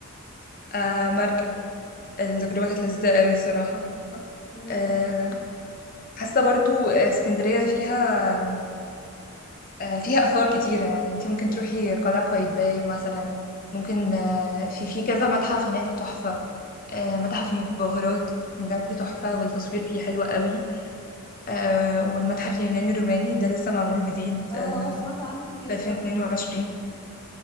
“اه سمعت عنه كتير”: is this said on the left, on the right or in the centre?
Left